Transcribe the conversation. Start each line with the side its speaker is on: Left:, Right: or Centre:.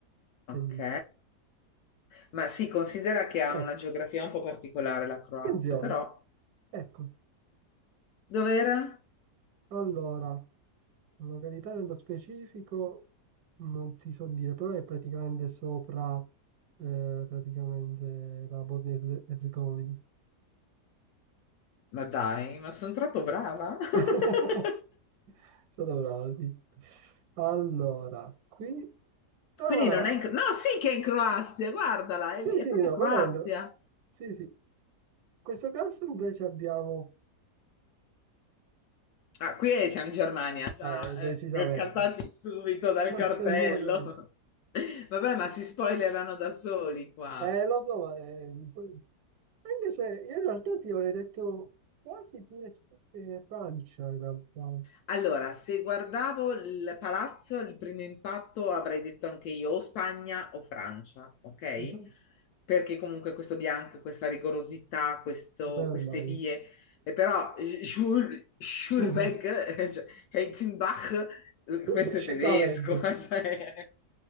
Right: Che
Left: Ok.
Right: dici?
Left: Ma si considera che ha
Right: Ecco,
Left: una geografia un po' particolare la Croazia,
Right: attenzione.
Left: però.
Right: Ecco,
Left: Dov'era?
Right: allora, località nello specifico non ti so dire, però è praticamente sopra, eh, praticamente la Bosnia e Erzegovina.
Left: Ma dai, ma sono troppo brava? <laughs>
Right: <laughs> È stata brava, sì. Allora, qui... Ah,
Left: Quindi non è in... No, sì che è in Croazia, guardala, è,
Right: sì,
Left: lì- è
Right: sì,
Left: proprio
Right: no,
Left: Croazia.
Right: quella era in... gro- Sì, sì. In questo caso invece abbiamo...
Left: Ah, qui è- siamo in Germania, già
Right: Eh,
Left: eh,
Right: decisamente.
Left: cattati subito dal
Right: Non
Left: cartello.
Right: c'è modo di...
Left: <laughs> Vabbè, ma si spoilerano da soli qua.
Right: Eh, lo so, eh, poi- anche se io in realtà ti avrei detto quasi pure Sp- eh, Francia, in realtà.
Left: Allora, se guardavo il palazzo, il primo impatto avrei detto anche io o Spagna o Francia, ok?
Right: Mhm.
Left: Perché comunque questo bianco, questa rigorosità, questo-
Right: Never
Left: queste
Right: mind.
Left: vie, e però Jules, Jules
Right: <laughs>
Left: Weg, eh, cioè, Heizenbach, eh, questo
Right: Decisamente.
Left: è tedesco, <laughs> cioè.